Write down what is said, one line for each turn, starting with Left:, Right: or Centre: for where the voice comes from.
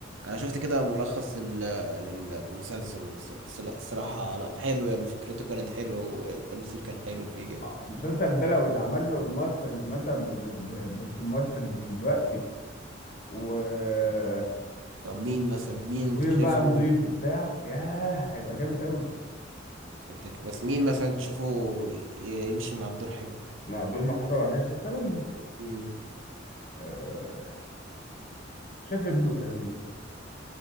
Right: انا شفت كده ملخص لل- للمسلسل والصرا- بس لا الصراحه لا حلو يعني فكرته كانت حلوه والتمثيل كان حلو فيه جامد
Left: آه، المسلسل ده لو يتعمل له ريماسترنج مثلا ب- ب- ب- بممثل من دلوقتي وتصوير
Right: طب مين مثلا مين انت
Left: بقى
Right: شايفه
Left: نظيف وبتاع ياه هيبقى جامد قوي
Right: كده كده- بس مين مثلا تشوفه ي- يمشي مع الدور حلو
Left: مع دور محمود عبد العزيز مثلا
Right: امم
Left: آه، شاف ابنه كريم